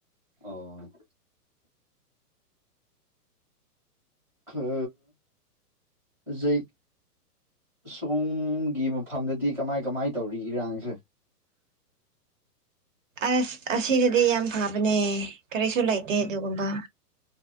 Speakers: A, in the centre; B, on the right.
A: ꯑꯣ ꯈ ꯑꯖꯩ ꯁꯣꯝꯒꯤ ꯃꯐꯝꯗꯗꯤ ꯀꯃꯥꯏ ꯀꯃꯥꯏ ꯇꯧꯔꯤ ꯏꯔꯥꯡꯖꯦ
B: ꯑꯁ ꯑꯁꯤꯗꯗꯤ ꯌꯥꯝ ꯐꯕꯅꯦ ꯀꯔꯤꯁꯨ ꯂꯩꯇꯦ ꯑꯗꯨꯒꯨꯝꯕ